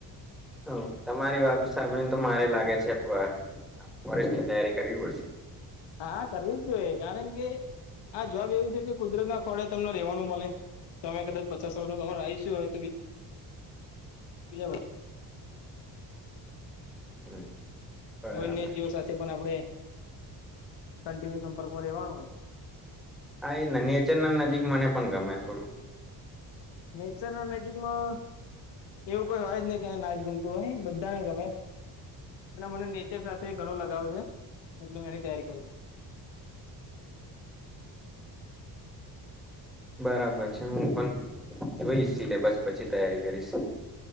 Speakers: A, in the centre; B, on the left.
A: હવ તમારી વાતો સાંભળીને તો મારે લાગે છે ફ ફોરેસ્ટની તૈયારી કરવી પડશે.
B: હા હા કરવી જ જોઈએ કારણ કે આ જોબ એવી છે કે કુદરત ના સ્થળે તમને રેવાનું મળે. તમે કદાચ પચાસ વખત તમારો આઇશું હોય. <unintelligible>
A: હમ બરાબર
B: અને <unintelligible> સાથે પણ આપડે કન્ટિન્યુ સંપર્કમાં રહેેવાનું હોય.
A: હા એ ન નેચર નજીક મને પણ ગમે થોડુંક.
B: નેચર ના નજીકમાં એવું કોઈ હોય જ નહી કે નાજ ગમતું હોય બધાને ગમે અને મને નેચર સાથે ઘણો લગાવ છે. એટલે હું એની તૈયારી કરું છું.
A: બરાબર છે હું પણ જોઈશ સિલેબસ પછી તૈયારી કરીશ.